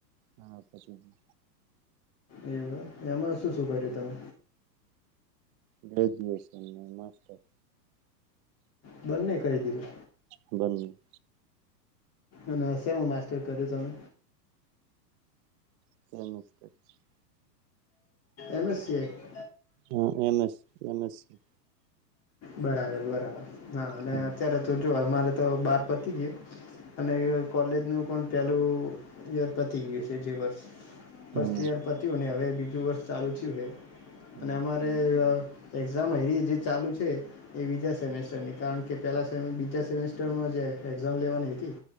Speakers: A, on the right; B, on the left.
A: હા પતી ગઈ.
B: એવું એમાં શું શું કર્યું તમે.
A: ગ્રેજ્યુએશન ને માસ્ટર
B: બંને કરી દીધું.
A: બને
B: અને સેમાં માસ્ટર કયુ તમે?
A: <unintelligible>
B: એમ એસ સીઆય
A: હા એમસ, એમસ સી
B: બરાબર બરાબર હા અને
A: હમ
B: અત્યારે તો જો અમારે તો બાર પતી ગયું. અને કોલેજ નું પણ પેલું યર પતી ગયું છે જે વર્ષ
A: હમ
B: ફર્સ્ટ યર પત્યું ને હવે બીજું વર્ષ ચાલુ થીયું હે.
A: હમ
B: અને અમારે એક્ઝામ એવી જે ચાલુ છે એ બીજા સેમેસ્ટરની કારણ કે કે પહેલાં સેમ, બીજા સેમેસ્ટરમાં જે એક્ઝામ લેવાની હતી